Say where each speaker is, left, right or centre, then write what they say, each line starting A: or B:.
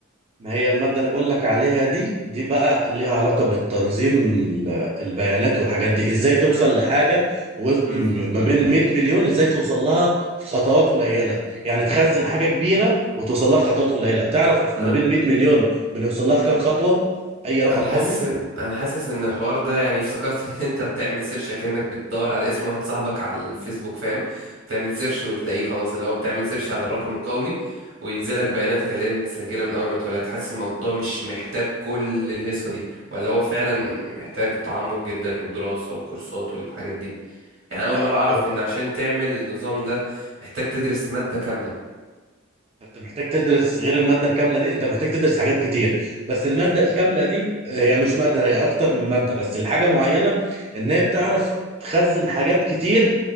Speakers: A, on the right; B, on the right.
A: ما هي المادة اللي بقول لك عليها دي دي بقى ليها علاقة بالتنظيم ال- البيانات والحاجات دي ازاي توصل
B: مم.
A: لحاجة و-
B: مم.
A: م- ما بين 100 مليون ازاي توصل لها في خطوات قليلة يعني تخزن حاجة كبيرة وتوصل لها في خطوات قليلة تعرف ما
B: أنا
A: بين 100 مليون بنوصل لها في كام خطوة اي رقم
B: انا
A: قومي
B: حاسس ان انا حاسس ان الحوار ده يعني افتكرت <laughs> ان انت بتعمل سيرش كأنك بتدور على اسم واحد صاحبك على الفيسبوك فاهم بتعمل سيرش وتلاقيه خلاص اللي هو بتعمل سيرش على الرقم القومي وينزلك بياناتك اللي هي متسجلة من اول ما اتولدت حاسس الموضوع مش محتاج كل الهيصة دي ولا هو فعلا محتاج تعمق جدا ودراسة وكورسات والحاجات دي يعني أنا
A: لا
B: اول مرة اعرف
A: هو
B: ان عشان تعمل النظام ده محتاج تدرس مادة كاملة
A: انت محتاج تدرس غير المادة الكاملة دي انت محتاج تدرس حاجات كتير بس المادة الكاملة دي هي مش مادة هي اكتر من مادة بس الحاجة معينة ان هي بتعرف تخزن حاجات كتير